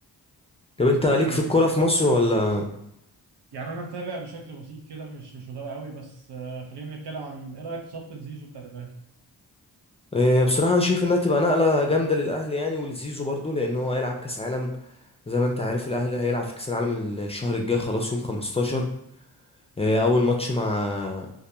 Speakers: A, on the left; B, on the right.
A: طب انت
B: مثلا
A: ليك في الكوره في مصر ولا
B: يعني انا متابع بشكل بسيط كده مش مش متابع قوي بس آه، خلينا نتكلم عن ايه رايك في صفقه زيزو بتاعت الاهلي
A: إيه بصراحه انا شايف انها تبقى نقله جامده للاهلي يعني ولزيزو برضو لان هو هيلعب كاس عالم زي ما انت عارف الاهلي هيلعب في كاس العالم الشهر الجاي خلاص يوم 15 آه، اول ماتش مع